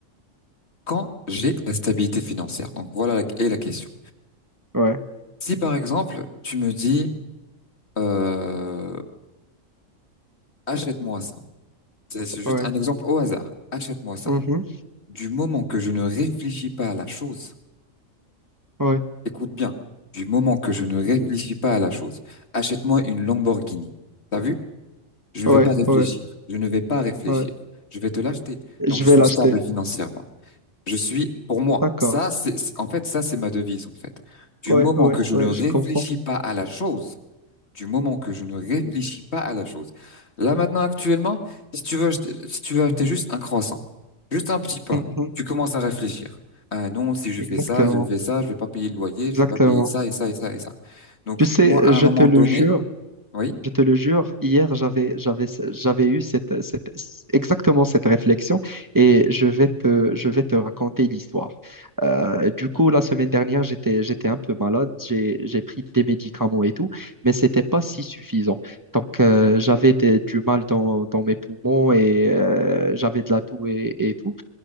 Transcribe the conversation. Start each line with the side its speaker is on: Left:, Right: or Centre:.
Left: quand j'ai la stabilité financière. Donc, voilà la, est la question.
Right: ouais,
Left: Si, par exemple, tu me dis, euh, achète-moi ça. C'est c'est juste
Right: ouais.
Left: un exemple au hasard. Achète-moi ça.
Right: Mhm.
Left: Du moment que je ne réfléchis pas à la chose,
Right: Ouais,
Left: Écoute bien, du moment que je ne réfléchis pas à la chose, achète-moi une Lamborghini. T'as vu? Je ne
Right: ouais,
Left: vais pas réfléchir.
Right: ouais,
Left: Je ne vais pas réfléchir.
Right: ouais.
Left: Je vais te l'acheter.
Right: Je
Left: Donc, je
Right: vais
Left: suis
Right: l'acheter.
Left: stable financièrement. Je suis, pour moi,
Right: D'accord.
Left: ça, c'est, c'est- en fait, ça, c'est ma devise, en fait. Du
Right: Ouais,
Left: moment
Right: ouais,
Left: que je
Right: ouais,
Left: ne réfléchis
Right: je comprends.
Left: pas à la chose, du moment que je ne réfléchis pas à la chose. Là maintenant, actuellement, si tu veux, acheter- si tu veux acheter juste un croissant, juste un petit pain,
Right: Mhm.
Left: tu commences à réfléchir. Ah non, si je
Right: Exactement,
Left: fais ça, je fais ça, je vais pas payer le loyer, je
Right: exactement.
Left: vais pas payer ça et ça et ça et ça. Donc
Right: Tu sais,
Left: moi, à un
Right: je
Left: moment
Right: te le
Left: donné,
Right: jure.
Left: oui,
Right: Je te le jure, hier, j'avais, j'avais, j'avais eu cette, cette- exactement cette réflexion et je vais te, je vais te raconter l'histoire. Euh, du coup, la semaine dernière, j'étais, j'étais un peu malade, j'ai, j'ai pris des médicaments et tout, mais c'était pas si suffisant. Donc, euh, j'avais des- du mal dans, dans mes poumons et euh, j'avais de la toux et, et tout.